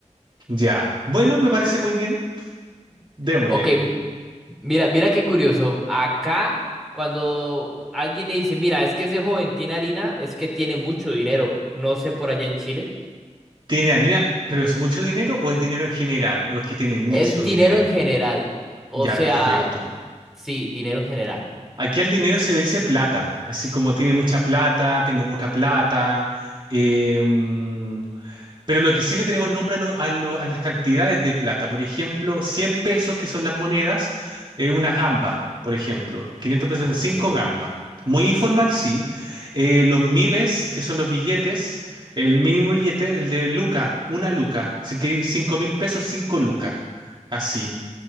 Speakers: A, on the right; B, in the centre.
A: Ya. Bueno, me parece muy bien. Démosle.
B: Ok, m- mira, mira qué curioso. Acá, cuando alguien le dice, mira, es que ese joven tiene harina, es que tiene mucho dinero, no sé por allá en Chile,
A: Tiene harina, pero ¿es mucho dinero o es dinero en general? ¿O es que tiene mucho
B: es dinero
A: dinero?
B: en general, o
A: Ya,
B: sea,
A: perfecto.
B: sí, dinero en general.
A: Aquí al dinero se le dice plata, así como tiene mucha plata, tengo poca plata, em, pero lo que sí le tenemos nombre a, lo- a lo- a las cantidades de plata, por ejemplo, 100 pesos que son las monedas, eh, una gamba, por ejemplo, 500 pesos
B: Ok.
A: son 5 gambas. Muy informal, sí. Eh, los miles, que son los billetes, el mínimo billete, el de luca, una luca. Si queréis cinco mil pesos, 5 lucas. Así.